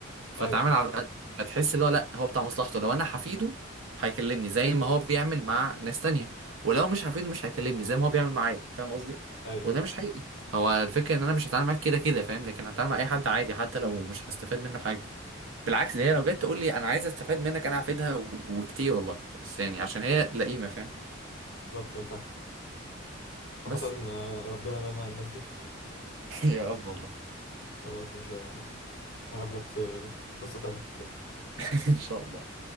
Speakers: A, on the right; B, on the left.
A: فاتعامل
B: ايوه فاهم
A: على قد هتحس اللي هو لا هو بتاع مصلحته لو انا حفيده هيكلمني زي ما هو بيعمل مع ناس تانية ولو مش حفيده مش هيكلمني زي ما هو بيعمل معايا فاهم قصدي
B: ايوه
A: وده
B: فاهم
A: مش حقيقي هو الفكرة ان انا مش هتعامل معاك كده كده فاهم لكن هتعامل مع اي حد عادي حتى لو مش هستفاد منه حاجة بالعكس ده هي لو جت تقول لي انا عايز استفاد منك انا هفيدها و- وكتير والله بس يعني عشان هي لئيمة فاهم
B: بالظبط أنا فاهم عامة
A: بس
B: آه، ربنا يبعدنا عن الناس دي
A: <laughs> يا رب والله
B: خلاص مش هقابلك في قصة تانية
A: <laughs> ان شاء الله